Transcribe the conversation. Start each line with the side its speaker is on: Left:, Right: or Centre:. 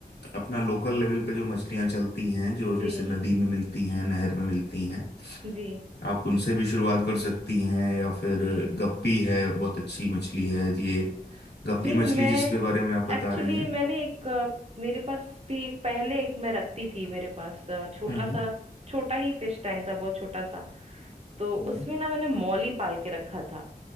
Left: अपना लोकल लेवल पे जो मछलियां चलती हैं जो
Right: जी
Left: जैसे नदी में मिलती हैं नहर में मिलती हैं
Right: जी
Left: आप उनसे भी शुरुआत कर सकती हैं या फिर
Right: जी
Left: गप्पी है बहुत अच्छी मछली है ये गप्पी
Right: जी मैं
Left: मछली जिसके बारे में आप बता
Right: एक्चुअली
Left: रही हैं
Right: मैंने एक अ, मेरे पास भी एक पहले एक मैं रखती थी मेरे पास अ, छोटा
Left: हम्म
Right: सा
Left: हम्म
Right: छोटा ही फिश टैंक था बहुत छोटा सा तो
Left: हम्म,
Right: उसमें ना मैंने मौली पाल के रखा था